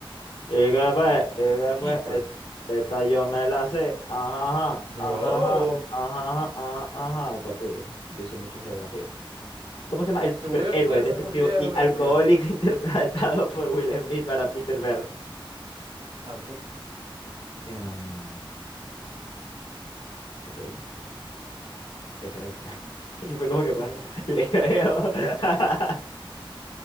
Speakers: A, on the left (about 80°); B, on the right (about 90°).
A: Ega pues, ega
B: Quito.
A: pues, et- esta yo me la sé. Ajá,
B: Bro,
A: ajá, ajá, ajá, ajá, ajá, ajá, papi. Yo sé mucho de geografía. ¿Cómo se llama? El superhéroe
B: te voy a quitar esa
A: destructivo
B: porquería de
A: y
B: geografía.
A: alcohólico <laughs> interpretado por Will Smith para Peter Berg.
B: Hancock.
A: Em, ok, te creo. <laughs> Y fue como
B: Mm.
A: que, bueno, le creo. <laughs>